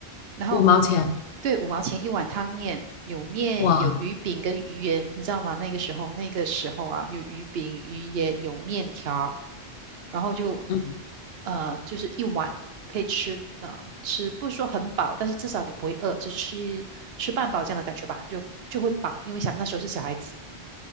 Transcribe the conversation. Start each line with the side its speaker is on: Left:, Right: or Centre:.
Right: 然后
Left: 五毛钱，
Right: 对，五毛钱一碗汤面，有面有鱼饼跟鱼圆，
Left: 哇，
Right: 你知道吗？那个时候那个时候啊，有鱼饼、鱼圆，有面条，然后就
Left: 嗯
Right: 呃，就是一碗可以吃。啊呃，吃不是说很饱，但是至少你不会饿，就吃吃半饱这样的感觉吧，就就会饱，因为小那时候是小孩子。